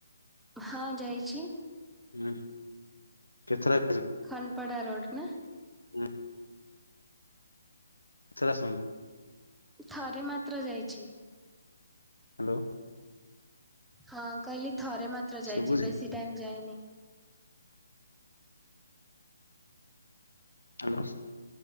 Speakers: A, in the centre; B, on the left (about 85°).
A: ହଁ ଯାଇଛି।
B: ହୁଁ କେତେ ଥର
A: ଖାନ୍ ପଡ଼ା ରୋଡ଼ ନା?
B: ହୁଁ <unintelligible>
A: ଥରେ ମାତ୍ର ଯାଇଛି।
B: ହ୍ୟାଲୋ।
A: ହଁ କହିଲି ଥରେ ମାତ୍ର ଯାଇଚି
B: ଶୁଭୁଛି?
A: ବେଶୀ ଟାଇମ୍ ଯାଇନି।
B: <unintelligible>